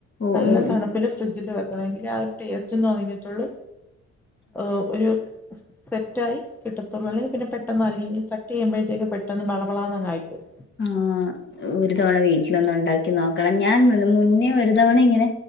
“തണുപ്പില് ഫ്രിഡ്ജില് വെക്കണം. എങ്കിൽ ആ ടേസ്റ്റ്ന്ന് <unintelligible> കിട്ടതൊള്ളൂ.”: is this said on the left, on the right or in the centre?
Centre